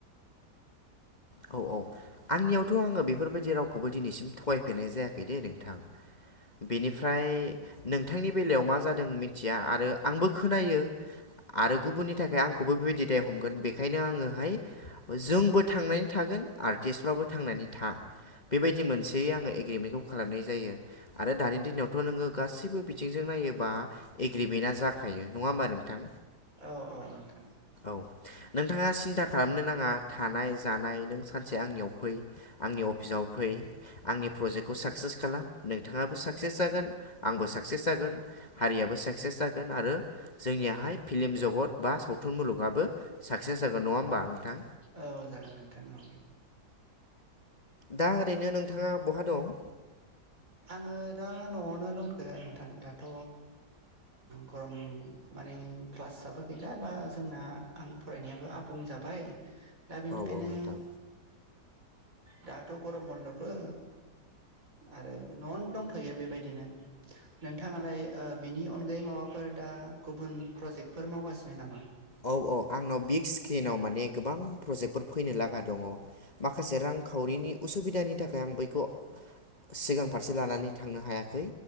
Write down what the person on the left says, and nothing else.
औ औ आंनियावथ बेफोरबायदि रावखौ दिनैसिम थगायफेरनाय जायाखै दे नोंथां। बेनिफ्राय नोंथांनि बेलायाव मा जादों मिथिया आरो आंबो खोनायो आरो गुबुननि थाखाय आंखौबो बेबायदि दाय हमगोन बेखायनो आङोहाय जोंबो थांनायनि थागोन आर्टिस्टफ्राबो थांनानै था बेबायदि मोनसे आङो एग्रिमेन्टखौ खालामनाय जायो। आरो दानि दिनाव थ' नोंङो गासैबो बिथिंजों नायोबा एग्रिमेन्टआ जाखायो नङा होमबा नोंथां
नोंथाङा सिन्था खालामनो नाङा थानाय जानाय। सानसे आंनियाव फै आंनि अफिसाव फै आंनि प्रजेक्टखौ साक्सेस खालाम नोंथाङा। साकसेस जागोन आंबो साकसेस जागोन हारियाबो साकसेस जागोन आरो जोंनियाहाय फिल्म जगत बा सावथुन मुलुगाबो साक्सेस जागोन नङा होमबा नोंथां
दा ओरैनो नोंथाङा बहा दं
औ औ नोंथां
औ औ आंनाव बिग स्क्रिनाव माने गोबां प्रजेक्टफोर फैनो लागा दङ। माखासे रांखावरिनि उसुबिदानि थाखाय आं बैखौ सिगांफ <unintelligible> से लानानै थांनो हायाखै।